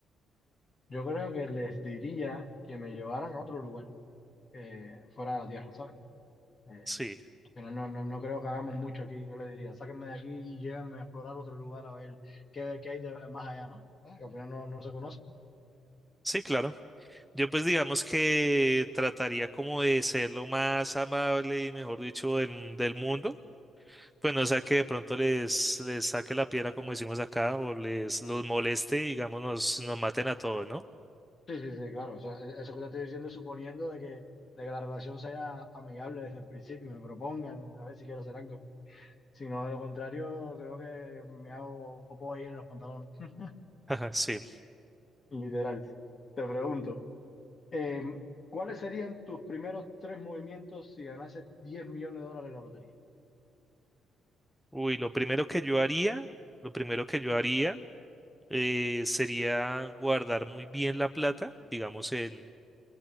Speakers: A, on the left; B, in the centre.
A: yo creo que les diría que me llevaran a otro lugar eh, fuera de la Tierra, ¿sabes? Eh,
B: Sí,
A: al final no, no, no creo que hagamos mucho aquí, yo le diría, sáquenme de aquí y llévenme a explorar otro lugar a ver qué, qué hay de- más allá, ¿no? Ah, Que al final no, no se conoce.
B: sí, claro. Yo pues digamos que trataría como de ser lo más amable y mejor dicho del, del mundo. Pues no sea que de pronto les, les saque la piedra como decimos acá o les los moleste y digamos nos, nos maten a todos, ¿no?
A: Sí, sí, sí, claro. O sea, e- eso que te estoy diciendo es suponiendo de que, de que la relación sea amigable desde el principio y me propongan a ver si quiero hacer algo. Si no, de lo contrario, creo que me hago popo ahí en los pantalones. <laughs>
B: Ajá, sí.
A: Literal. Te pregunto, eh, ¿cuáles serían tus primeros tres movimientos si ganases 10 millones de dólares en la lotería?
B: Uy, lo primero que yo haría, lo primero que yo haría eh, sería guardar muy bien la plata, digamos en,